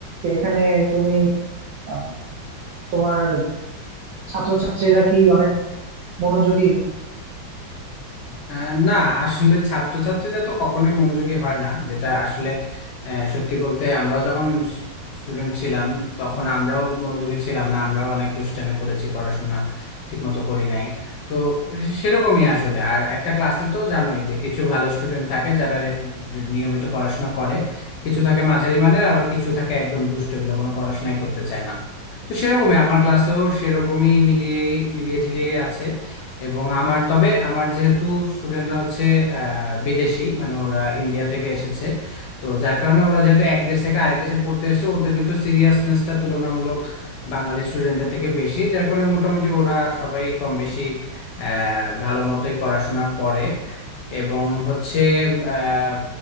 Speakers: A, on the right (about 70°); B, on the left (about 70°).
A: এখানে তুমি আহ, তোমার ছাত্রছাত্রীরা কি অনেক মনোযোগী
B: আহ, না আসলে ছাত্রছাত্রীরা তো কখনোই মনোযোগী হয় না যেটা আসলে আহ, সত্যি বলতে আমরাও যখন স্টুডেন্ট ছিলাম তখন আমরাও মনোযোগী ছিলাম না আমরাও অনেক দুষ্টামি করেছি পড়াশোনা ঠিকমতো করি নাই তো সেরকমই আসলে আর একটা ক্লাসে তো জানোই যে কিছু ভালো স্টুডেন্ট থাকে যারা রে- নিয়মিত পড়াশোনা করে কিছু থাকে মাঝারি মানের আবার কিছু থাকে একদম দুষ্ট এগুলো কোনো পড়াশোনাই করতে চায় না তো সেরকমই আমার ক্লাসেও সেরকমই মিলিয়ে মিলিয়ে ঝিলিয়ে আছে এবং আমার তবে আমার যেহেতু স্টুডেন্টরা হচ্ছে আহ, বিদেশি মানে ওরা ইন্ডিয়া থেকে এসেছে তো যার কারণে ওরা যেহেতু এক দেশ থেকে আরেক দেশে পড়তে এসেছে ওদের ভিতর সিরিয়াসনেসটা তুলনামূলক বাঙালি স্টুডেন্টদের থেকে বেশি যার কারণে মোটামুটি ওরা সবাই কম বেশি আহ ভালো মতোই পড়াশোনা করে এবং হচ্ছে আহ,